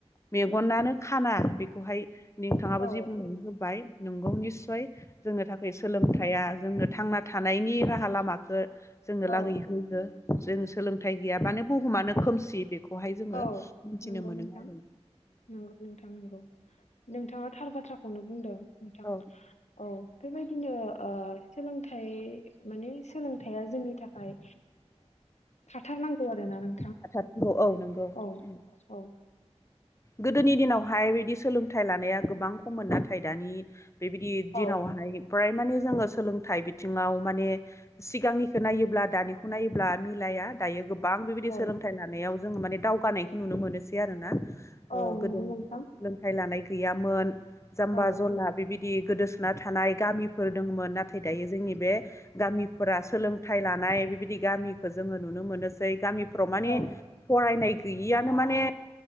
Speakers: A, on the left (about 25°); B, on the left (about 80°).
A: मेगनानो खाना बेखौहाय नोंथाङाबो
B: औ
A: जि बुंनानै होबाय नंगौ निस्सय जोंनो थाखाय सोलोंथाइया जोंनो थांना थानायनि राहा लामाखौ जोंनो
B: औ
A: लागै होयो जों सोलोंथाइ गैयबानो बुहुमानो खोमसि खौहाय जोङो
B: औ
A: मिथिनो
B: नंगौ
A: मोनो
B: नोंथां
A: आरो।
B: नंगौ नोंथां नंगौ नोंथाङा थार बाथ्राखौनो बुंदों नोंथां
A: औ
B: औ बेबायदिनो सोलोंथाइ माने सोलोंथाइया जोंनि थाखाय थाथारनांगौ आरोना नों
A: थाथारनांगौ औ नंगौ
B: औ
A: उम
B: औ
A: गोदोनि दिनावहाय बिदि सोलोंथाइ लानाया गोबां खममोन नाथाय दानि बेबायदि दिनावहाय
B: औ
A: फ्राय माने जोङो सोलोंथाइ बिथिङाव माने सिगांनिखौ नायोब्ला दानिखौ नायोब्ला मिलाय दायो गोबां बेबायदि
B: औ
A: सोलोंथाइ लानायाव जों माने दावगानायखौ नुनो मोनोसै आरोना।
B: औ
A: गोदोनि
B: नंगौ नोंथां
A: दिनाव सोलोंथाइ लानाय गैयामोन जाम्बा
B: औ
A: जला बिबायदि गोदोसोना थानाय गामिफोर दंमोन नाथाय दायो जोंनि बे गामिफोरा सोलोंथाइ लानाय बेबायदि गामिखौ जोङो नुनो मोनोसै गामिफ्राव माने
B: औ
A: फरायनाय गैयिआनो माने